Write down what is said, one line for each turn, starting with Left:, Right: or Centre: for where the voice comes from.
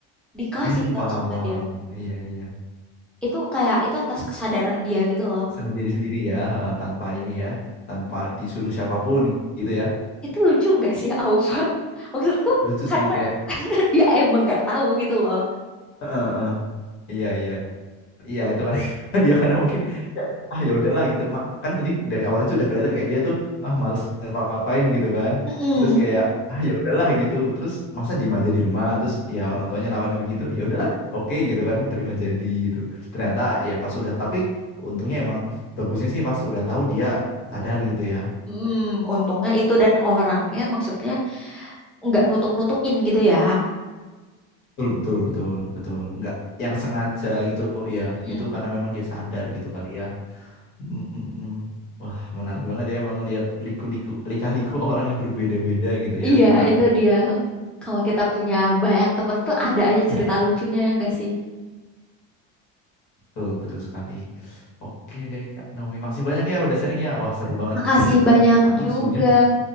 Centre: Dikasih
Left: Hmm
Centre: terus
Left: paham
Centre: sama
Left: paham.
Centre: dia.
Left: Iya iya.
Centre: Itu kayak itu atas kesadaran dia gitu loh.
Left: Sendiri sendiri ya, heeh, tanpa ini ya, tanpa disuruh siapapun gitu ya.
Centre: itu lucu nggak sih Alfa? <laughs> Maksudku
Left: Lucu
Centre: karena
Left: sih kayak.
Centre: karena dia emang nggak tahu gitu loh.
Left: Heeh, heeh. Iya iya Iya itu kan <laughs> dia karena mungkin ya, ah ya udahlah gitu Ma- kan tadi dari awal aja udah kelihatan kayak dia tuh ah males ngapa-ngapain gitu kan
Centre: Mm-mm.
Left: terus kayak ah ya udahlah gitu terus masa diem aja di rumah terus ya orang tuanya nawarin begitu ya udahlah oke gitu kan terima jadi gitu ternyata ya pas udah tapi untungnya emang bagusnya sih pas udah tahu dia sadar gitu ya
Centre: Mm, untungnya itu dan orangnya maksudnya nggak nutup-nutupin gitu ya.
Left: betul betul betul betul nggak yang sengaja gitu ya
Centre: Mm.
Left: itu karena memang dia sadar gitu kali ya Mm, mm, mm. Wah, menarik banget ya emang lihat liku-liku, lika-liku <laughs> orang yang berbeda-beda gitu ya,
Centre: Iya,
Left: Kak.
Centre: itu dia. Kalau kita punya banyak temen tuh ada aja cerita lucunya ya nggak sih?
Left: Betul, betul sekali. Oke deh, Kak Naomi. Makasih banyak ya udah sharing ya. Wah, seru banget.
Centre: Makasih
Left: Jadi
Centre: banyak
Left: ini aku
Centre: juga,
Left: sebelumnya belum-